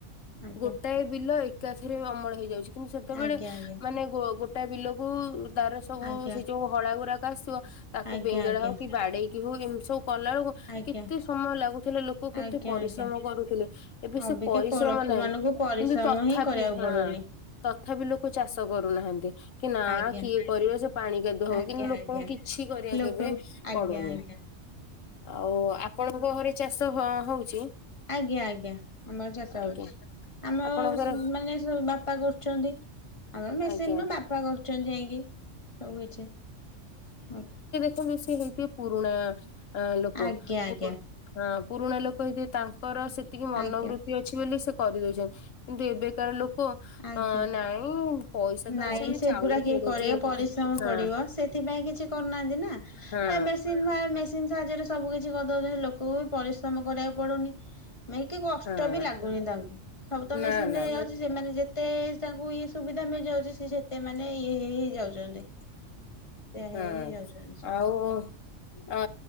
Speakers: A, on the left; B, on the left.
A: ଆଜ୍ଞା
B: ଗୋଟାଏ ବିଲ ଏଇକି। ଏକାଥରେ ଅମଳ ହେଇଯାଉଛି କିନ୍ତୁ ସେତେବେଳେ
A: ଆଜ୍ଞା ଆଜ୍ଞା
B: ମାନେ ଗୋ ଗୋଟା ବିଲକୁ ତାର ସବୁ
A: ଆଜ୍ଞା
B: ସେ ଯୋଉ ହଳା ଗୁଡାକ ଆସଥିବ ତାକୁ
A: ଆଜ୍ଞା
B: ବେଙ୍ଗେଳା
A: ଆଜ୍ଞା।
B: ହଉ କି ବାଡେଇକି ହଉ ଏମିତି ସବୁ କଲା କେକୁ
A: ଆଜ୍ଞା
B: କେତେ ସମୟ ଲାଗୁଥିଲେ ଲୋକ କେତେ
A: ଆଜ୍ଞା
B: ପରିଶ୍ରମ
A: ଆଜ୍ଞା
B: କରୁଥିଲେ ଏବେ
A: ଅବିକା
B: ସେ ପରିଶ୍ରମ
A: ପ ଲୋକମାନଙ୍କୁ
B: ନାହିଁ।
A: ପରିଶ୍ରମ
B: କିନ୍ତୁ ତଥାପି
A: ହିଁ କରିବାକୁ
B: ହଁ
A: ପଡୁନି।
B: ତଥାପି ଲୋକ ଚାଷ କରୁନାହାନ୍ତି। କି ନା
A: ଆଜ୍ଞା
B: କିଏ କରିବ ସେ ପାଣି କାଦୁଅ ହବ
A: ଆଜ୍ଞା
B: କିନ୍ତୁ ଲୋକଙ୍କୁ
A: ଆଜ୍ଞା
B: କିଛି କରିବାକୁ
A: ଲୋକ
B: ଏବେ
A: ଆଜ୍ଞା
B: ପଡୁନି
A: ଆଜ୍ଞା।
B: ଆଉ ଆପଣଙ୍କ ଘରେ ଚାଷ ହ ହଉଛି।
A: ଆଜ୍ଞା ଆଜ୍ଞା ଆମର ଚାଷ
B: ଆଜ୍ଞା
A: ହଉଛି ଆମର
B: ଆପଣଙ୍କର
A: ମାନେ ସବୁ ବାପା କରୁଚନ୍ତି। ଆମର ମେସିନ
B: ଆଜ୍ଞା
A: ନୁ ବାପା କରୁଛନ୍ତି ଯାଇକି ସବୁ କିଛି ଆ
B: ବ ସେ ହେଇଥ ପୁରୁଣା ଲୋକ।
A: ଆଜ୍ଞା ଆଜ୍ଞା
B: ହଁ ପୁରୁଣା ଲୋକ ହେଇଥିବ ତାଙ୍କର ସେତିକି ମନୋବୃତ୍ତି
A: ଆଜ୍ଞା ଆଜ୍ଞା
B: ଅ ଅଛି ବୋଲି ସେ କରିଦଉଛନ୍ତି କିନ୍ତୁ ଏବେକାର ଲୋକ
A: ଆଜ୍ଞା
B: ଅ ନାଇଁ ପଇସା ତ
A: ନାଇଁ
B: ଅଛି ଆମେ
A: ସେଗୁଡା
B: ଚାଉଳ
A: କିଏ
B: କିଣିକି
A: କରିବ ପରିଶ୍ରମ
B: ହଁ
A: ପଡିବ ସେଥିପାଇଁ କିଛି କରୁନାହାନ୍ତି ନା ଏସେ
B: ହଁ
A: ସେ ଭ ମେସିନ ସାହାଯ୍ୟରେ ସବୁ କିଛି କରିଦଉଛନ୍ତି ଲୋକଙ୍କୁ ବି ପରିଶ୍ରମ କରିବାକୁ ପଡୁନି। ମେଇ କି କଷ୍ଟ
B: ହଁ
A: ବି ଲାଗୁନି ତାଙ୍କୁ ସବୁ ତ
B: ନା
A: ମେସିନରେ
B: ନା
A: ହେଇଯାଉଛି ସେମାନେ ଯେ, ଯେତେ ତାଙ୍କୁ ଇଏ ସୁବିଧା ମିଳିଯାଉଛି ସ ସେତେ ମାନେ ଇଏ ହେଇ ହେଇ ଯାଉଛନ୍ତି। ସେ
B: ହଁ
A: ହେଇ ହେଇ ଯାଉଛନ୍ତି
B: ଆଉ
A: ସବୁ
B: ଅଁ